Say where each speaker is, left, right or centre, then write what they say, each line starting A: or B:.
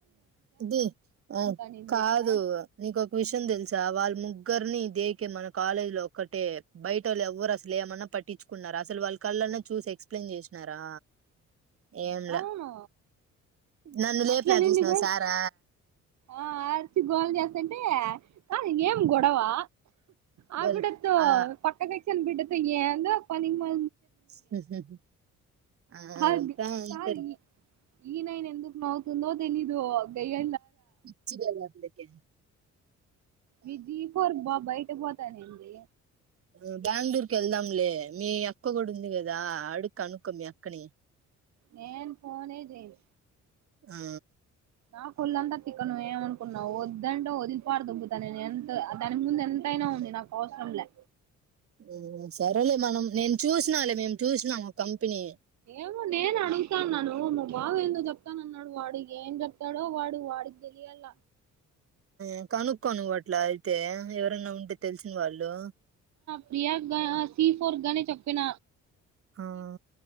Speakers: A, on the right; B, on the right.
A: ఇది ఆ
B: అనింది
A: కాదు
B: తెలుసా
A: నీకు ఒక విషయం తెలుసా వాళ్ళు ము ఎవరిని ని దేకే మన కాలేజ్ లో ఒక్కటే బయట వాళ్ళు ఎవరు అసలు ఏమన్నా పట్టించుకున్నారా అసలు వాళ్ళ కళ్ళన్నా చూసి ఎక్స్ప్లెయిన్ చేసినారా ఏం లే
B: అవును
A: నన్ను లేపినాడు
B: అట్లనింది
A: చూసినవా
B: కూడా
A: సారా
B: ఆ అరిచి గోళ చేస్తంటే ఆ ఏం గొడవా ఆ
A: గల్
B: బిడ్డతో
A: ఆ!
B: పక్క సెక్షన్ బిడ్డతో ఏం పనికి మా
A: హ్మ్మ్ హూ ఆ
B: అది
A: అవంతా ఐపోర్
B: కాదు
A: లే
B: ఈ ఈ నైన్ ఎందుకు నవ్వుతుందో తెలీదు దయ్య
A: ఇచ్చగాలే ఒకే
B: మీ జీఫర్ బా బైట పోతదేందీ
A: బ్రో బెంగ్ళూరుకి వెళ్దాంలే మీ అక్క కూడా ఉంది కదా అడుగ్ కనుక్కో మీ అక్కని
B: నేన్ ఫోనే జెయన్
A: ఆ
B: నా కొళ్ళంతా తిక్కను వే ఏమనుకున్నావు వద్దంటే వదిలి పార్దోబ్బుతా నేను ఎంత దాని ముందు ఎంతైనా ఉంది నాకు అవసరంలే
A: హ్మ్ సరేలే మనం నేను చూసినా లే మేము చూసినాం ఒక కంపెనీ
B: ఏమో నేను అడుగుతాన్నాను మా బావ ఏందో చెప్తాన అన్నాడు వాడు ఏం చెప్తాడో వాడు వాడికి తెలియాల
A: ఉ కనుకో నువ్వు అట్లా అయితే ఎవరన్నా ఉంటే తెల్సిన వాళ్ళు
B: ప్రియా గా సి ఫోర్ గానే చెప్పిన
A: ఆహా